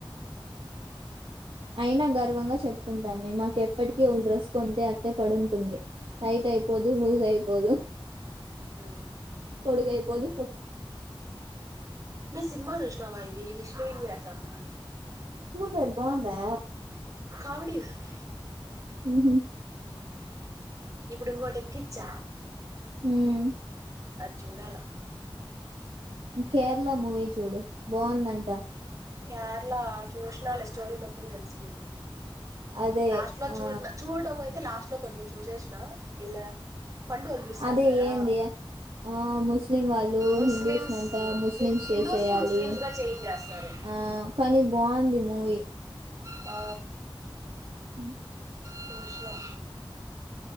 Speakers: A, on the right; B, on the right.
A: అయినా గర్వంగా చెప్పుకుంటాం మేము మాకు ఎప్పటికి ఒక డ్రెస్ కొంటే అట్టే పడుంటుంది టైట్ అయిపోదు లూజ్ అయిపోదు
B: మ్మ్
A: పొడుగు అయిపోదు
B: మా సినిమా చూసినావా ఇది ది విష్ణు విన్యాసమా
A: చూడలేదు బాందా
B: కామిడిగుంది
A: మ్మ్
B: ఇప్పుడు ఇంకోటెక్కించ
A: మ్మ్
B: అది చూడాల
A: కేరళ మూవీ చూడు బాగుందంటా
B: కేరళ చూసినాలే స్టోరీ మొత్తం తెలిసిపోయింది
A: అదే
B: లాస్ట్ లో చూడ
A: ఆ
B: చూడడం అయితే లాస్ట్ ఇంట్లో కొంచెం చూసేసిన ఇలా పండు వాళ్ళు చూస్తా
A: అదే
B: అన్నారా
A: ఏంది ఆ ముస్లిం వాళ్ళు
B: ముస్లిమ్స్
A: హిందూస్నంతా ముస్లిమ్స్
B: హిం- హిందూస్ని
A: చేసేయాలి
B: ముస్లిమ్స్గా చేంజ్ చేస్తారు
A: ఆ కానీ బాగుంది మూవీ
B: ఓ
A: మ్మ్
B: చూసినా